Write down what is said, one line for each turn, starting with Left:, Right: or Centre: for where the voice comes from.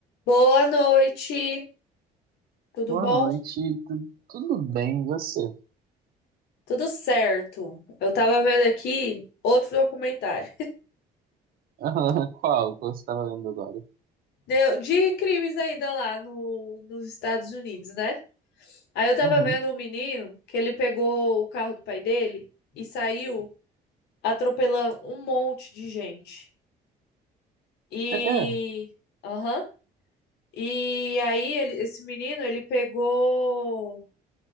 Left: Boa noite, tudo
Right: Boa
Left: bom?
Right: noite, tu- tudo bem, e você?
Left: Tudo certo. Eu tava vendo aqui outro documentário
Right: <laughs> Qual que você estava lendo agora?
Left: de, de crimes ainda lá no- nos Estados Unidos, né? Aí eu tava
Right: Uhum.
Left: vendo um menino que ele pegou o carro do pai dele e saiu atropelando um monte de gente. E,
Right: É, é,
Left: aham. E aí ele- esse menino ele pegou